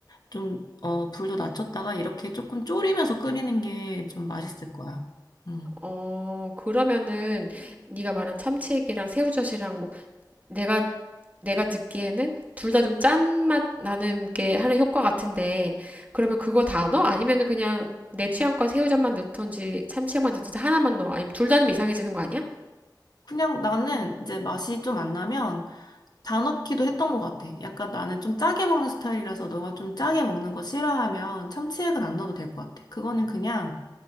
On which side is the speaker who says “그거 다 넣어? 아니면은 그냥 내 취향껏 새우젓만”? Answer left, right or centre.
Right